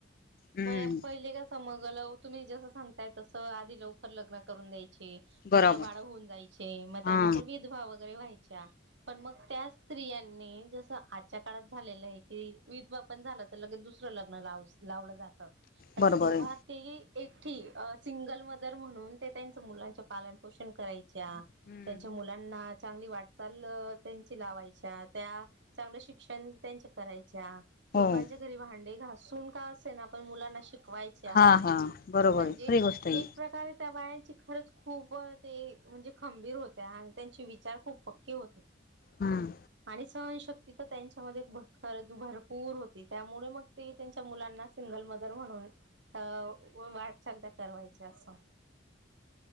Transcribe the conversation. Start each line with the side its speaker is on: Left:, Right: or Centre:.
Left: हम्म
Right: पहिले कस मग तुम्ही जसं सांगताय तसं आधी लवकर लग्न करून द्याय चे
Left: बरोबर
Right: मुलं बाळ होऊन जायचे, मग त्यानंतर
Left: हा
Right: विधवा वगैरे व्हायच्या पण मग त्या स्त्रियांनी जसं आजच्या काळात झालेलं आहे की विधवा पण झालं तर लगेच दुसरं लग्न लावयच. लावलं जात पण
Left: बरोबर
Right: तेव्हा
Left: आहे
Right: ते एकटी सिंगल मदर म्हणून ते त्यांच मुलांचे पालनपोषण कराय- च्या
Left: हम्म
Right: त्यांच्या मुलांना चांगली वाटचाल त्यांची लावायच्या त्या चांगलं शिक्षण त्यांचे करायच्या. लोकांच्या
Left: हो
Right: घरी भांडे घासून का असे ना पण मुलांना शिक वायच्या
Left: हा हा बरोबर
Right: म्हणजे,
Left: आहे खरी गोष्ट आहे
Right: एक प्रकारे त्या बायांची खरच खूप ते म्हणजे खंबीर होत्या आणि त्यांचे विचार खूप पक्के होते.
Left: हम्म
Right: आणि सहनशक्ती तर त्यांच्यामध्ये भ खर भरपूर होते त्यामुळे मग ते त्यांच्या मुलांना सिंगल मदर म्हणून अ वाट चालत करवायच्या असं